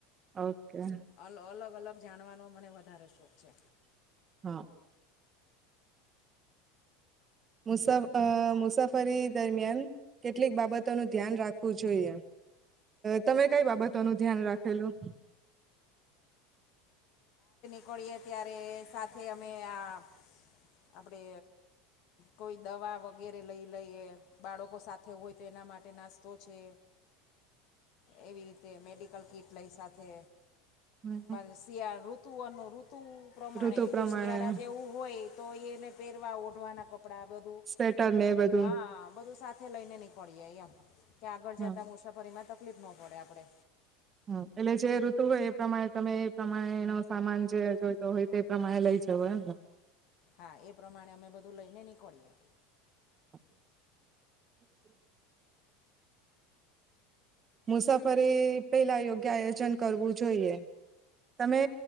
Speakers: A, on the right; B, on the left.
A: ઓકે
B: અલ અલગ અલગ જાણવાનો મને વધારે શોખ છે.
A: હા. મુસા અ મુસાફરી દરમિયાન કેટલીક બાબતોનું ધ્યાન રાખવું જોઈએ? તમે કઈ બાબતો નું ધ્યાન રાખેલું.
B: મળીએ ત્યારે સાથે અમે આ આપણે કોઈ દવા વગેરે લઈ લઈએ બાળકો સાથે હોય તો એના માટે નાસ્તો છે એવી રીતે મેડિકલ કીટ લઈ સાથે
A: હમ્મ.
B: બ શિયા ઋતુનુંઋતુ તું પ્રમાણે
A: ઋતુ પ્રમાણે
B: જો શિયાળા જેવું હોય તો એને પહેરવા ઓ રોવા ના ડા બધું
A: સ્વેટર ને એ બધું.
B: હા બધું સાથે લઈને નીકળીયે એમ કે આગળ
A: હા
B: જતા મુસાફરીમાં ત તકલીફ ન પડે આપણે
A: હ એટલે જે ઋતુ હોય એ પ્રમાણે તમે એ પ્રમાણેનો એ સામાન જે જોઈતો હોય તે એ પ્રમાણે લઈ જવો એમ ને.
B: હા એ પ્રમાણે અમે બધું લઈને નીકળીએ.
A: <inaudible> મુસાફરી પેલા યોગ્ય આયોજન કરવું જોઈએ તમે